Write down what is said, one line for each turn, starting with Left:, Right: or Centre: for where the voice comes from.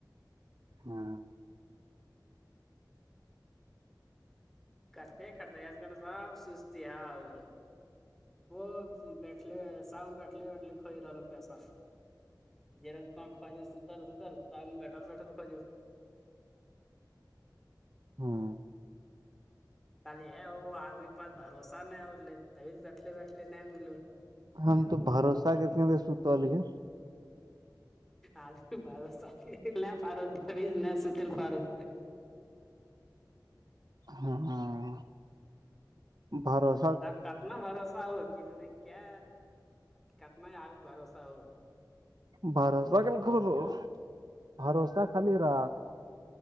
Right: ہاں
Centre: کتےتے کھتا آج کل سب سستی ہاں ہوگو وہ بیٹھل ساام میں بیٹھلے بیٹھل کوئی رہو پیسہ جیا تم خج ج ستل ستل تو آ ب بیٹال بیٹا خج جا
Right: ہاں
Centre: کل یہ وہ آدمی کے پاس بھروسہ نہیں ہو رہے تبھی بیٹھلے بیٹھلے نہیں ملو
Right: ہم تو بھروسہ کرتےے سو تو لی ہے
Centre: آج بھی بارا سل ن فاروت دز ن ستی فاروک
Right: ہاں ہاں بارت
Centre: آب کتنا بھروسہ ہو کہ م نے کیا کتنا آپ بھروسہ ہو
Right: بھروس لغل گولو بھروسہ خالی رااک